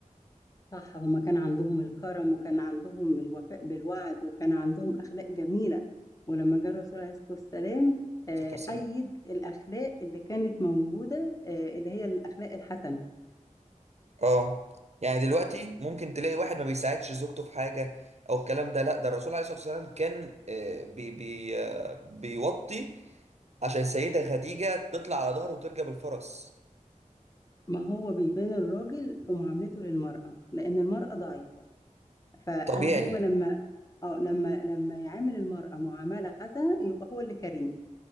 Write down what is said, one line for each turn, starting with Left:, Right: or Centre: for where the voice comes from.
Left: صح هما كان عندهم الكرم وكان عندهم الوفاء بالوعد وكان عندهم أخلاق جميلة ولما جه الرسول عليه الصلاة والسلام آه،
Right: الصلاه والسلام
Left: أيد الأخلاق اللي كانت موجودة آه، اللي هي الأخلاق الحسنة
Right: اه يعني دلوقتي ممكن تلاقي واحد ما بيساعدش زوجته في حاجه او الكلام ده لا ده الرسول عليه الصلاه والسلام كان آه، بي بي آه، بيوطي عشان السيده خديجه تطلع على ظهره وتركب الفرس
Left: ما هو بيبان الراجل في معاملته للمرأة لأن المرأة ضعيفة فهو
Right: طبيعي يعني.
Left: لما اه لما لما يعامل المرأة معاملة حسنة يبقى هو اللي كريم